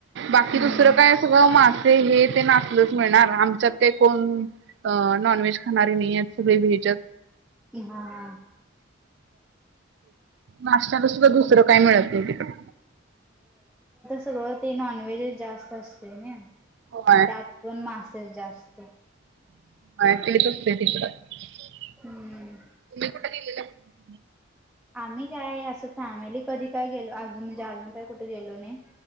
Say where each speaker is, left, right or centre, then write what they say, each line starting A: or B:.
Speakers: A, on the right; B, in the centre.
A: बाकी
B: हम्म
A: दुसरं काय सगळं माग. ते हे तेना आसलंच मिळणार आमच्यात ते कोण अ नॉनव्हेज खाणारे नाही आहेत सगळे व्हेज. जग.
B: ई हा हा.
A: नाश्त्याला सुद्धा दुसरं काय मिळत नाही तिकडं.
B: सरळ ते नॉनव्हेजच जास्त असते ना
A: होय
B: आणि त्यात पण मा तेल जास्त.
A: हा चलीप <unintelligible> त कड
B: हम्म.
A: तुम्ही कुठ गेलल्या.
B: आम्ही काय असं फॅमिली कधी काय गेलो अज म्हणजे अजून काय कुठे गेलो नाही.